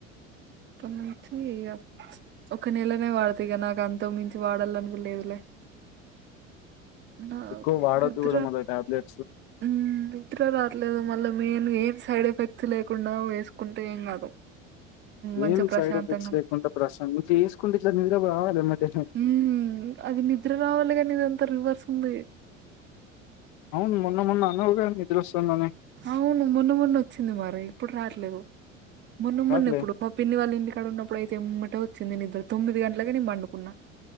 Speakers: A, on the right; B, on the left.
A: అంతే ఇగ ఒక నెలనే వాడతా ఇగ నాకు అంతకుమించి వాడాలను కూడా లేదులే నాకు
B: ఎక్కువ వాడొద్దు
A: నిద్ర
B: గూడా మళ్ళా టాబ్లెట్స్.
A: అండి నిద్ర రాట్లేదు మళ్ళీ మెయిన్ ఏం సైడ్ ఎఫెక్ట్స్ లేకుండా వేసుకుంటే ఏం కాదు మంచిగా
B: ఏం
A: ప్రశాంతంగా
B: సైడ్ ఎఫెక్ట్స్ లేకుండా ప్రసం ను చేసుకుంటే ఇట్లా నిద్ర రావాలి <unintelligible>
A: హ్మ్ అది నిద్ర రావాలి కానీ ఇదంతా రివర్స్ ఉంది
B: అవును మొన్న మొన్న అన్నావుగా నిద్ర వస్తుంది అని
A: అవును మొన్న మొన్న వచ్చింది మరి ఇప్పుడు రాట్లేదు మొన్న మొన్న
B: రాట్లే
A: ఎప్పుడు మా పిన్ని వాళ్ళ ఇంటికాడ ఉన్నప్పుడుయితే ఎమ్మటే వచ్చింది నిద్ర తొమ్మిది గంటలకే నేను పండుకున్నా